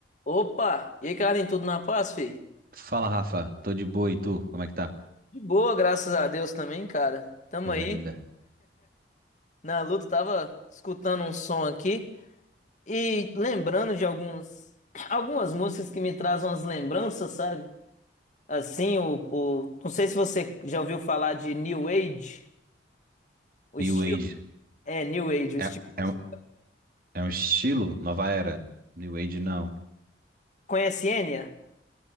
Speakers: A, on the left; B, on the right.
A: Opa! E aí, Carlinhos, tudo na paz, fi?
B: Fala, Rafa. Tô de boa e tu? Como é que tá?
A: De boa, graças a Deus também, cara. Tamo
B: Coisa
A: aí
B: linda.
A: na luta, tava escutando um som aqui e lembrando de alguns, algumas músicas que me trazem umas lembranças, sabe? Assim, o, o- não sei se você já ouviu falar de New Age, o
B: New
A: estilo.
B: Age.
A: É, New Age,
B: É,
A: o estilo musical.
B: é, um- é um estilo? Nova era? New Age não.
A: Conhece Enya?